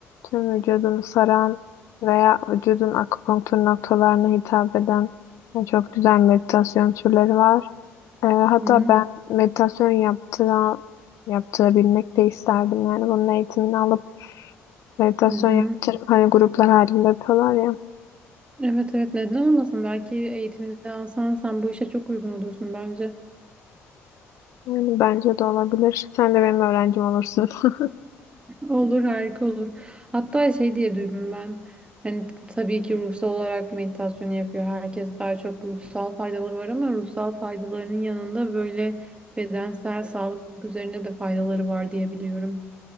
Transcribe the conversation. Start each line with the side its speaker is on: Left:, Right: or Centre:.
Left: tüm vücudunu saran veya vücudun akupunktur noktalarına hitap eden yani çok güzel meditasyon türleri var. E, hatta
Right: Hı
Left: ben meditasyon yaptıra, yaptırabilmek de isterdim. Yani bunun eğitimini alıp Meditasyon
Right: hı. hı.
Left: yaptırıp hani gruplar halinde yapıyorlar ya.
Right: Evet evet neden olmasın? Belki eğitimini alsan sen bu işe çok uygun olursun bence.
Left: Yani bence de olabilir. Sen de benim öğrencim olursun. <laughs>
Right: Olur harika olur. Hatta şey diye duydum ben. Yani tabii ki ruhsal olarak meditasyon yapıyor. Herkes daha çok ruhsal faydaları var ama ruhsal faydalarının yanında böyle bedensel sağlık üzerinde de faydaları var diye biliyorum.